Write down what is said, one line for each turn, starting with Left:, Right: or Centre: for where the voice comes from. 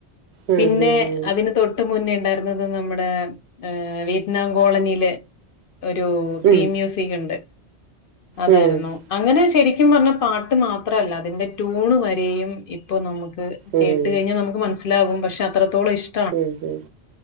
Right: ഉം
Left: പിന്നെ
Right: ഉം
Left: അതിന് തൊ തൊട്ടു മുന്നേ ഉണ്ടായിരുന്നത് നമ്മുടെ വിയറ്റ്നാം കോളനിയിലെ- ഒരു
Right: ഉം
Left: തീം
Right: ഉം
Left: മ്യൂസിക് ഒണ്ട്. അതായിരുന്നു.
Right: ഉം ഉം
Left: അങ്ങനെ ശരിക്കും പറഞ്ഞാ പാട്ട് മാ ത്രല്ല അതിന്റെ ട്യൂൺ വരെയും ഇപ്പ നമുക്ക്
Right: ഉം
Left: കേട്ടു കഴിഞ്ഞാ നമുക്ക് മനസ്സി ലാകും പക്ഷെ അത്രത്തോളം ഇഷ്
Right: ഉം ഉം